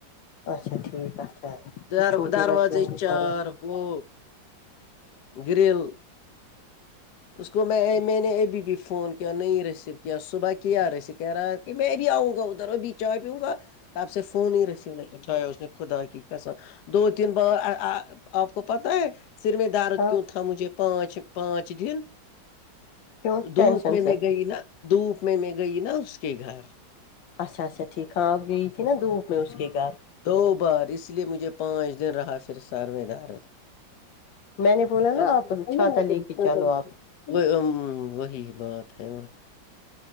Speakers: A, on the left; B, on the left.
A: اچھا ٹھیک اچھا
B: در
A: یہ چھوٹے
B: دروازے
A: بچے ہیں بچارے
B: چار وہ گریل اس کو میں میں نے ابھی بھی فون کیا نہیں ریسیو کیا صبح کیا ریسیو کہہ رہا کہ میں بھی آؤں گا ادھر اور ابھی چاے پیونگا آپ سے فون ہی ریسیو آئی اٹھایا اس نے خدا کی کسم دو تین بار آپ کو پاتا ہے ذمہ دار
A: ہاں
B: کیوں تھا مجھے پانچ پانچ دن
A: کیوں
B: دھوپ
A: ٹینشن
B: میں
A: سے
B: میں گئی نا دھوپ میں میں گئی نا اس کے گھر
A: اچھا اچھا ٹھیک ہاں اب گئی تھی نا دھوپ میں اس کے گھر
B: دو بار اس لیے مجھے پانچ دن رہا پھر سر مے درد
A: میں نے بولا
B: <unintelligible>
A: نا آپ چھاتا لے کے چلو آپ
B: وہ وہی بات ہے